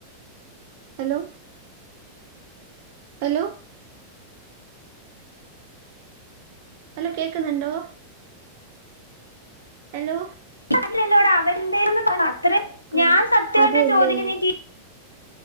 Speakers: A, on the right; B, on the left.
A: ഹലോ ഹലോ ഹലോ കേൾക്കുന്നുണ്ടോ ഹലോ
B: <inaudible> അവരെന്തേന്ന് പറ അത്ര
A: ആ
B: ഞാൻ സത്യമായിട്ട്
A: അതെല്ലേ
B: ചോദിക്കുന്നേ <inaudible>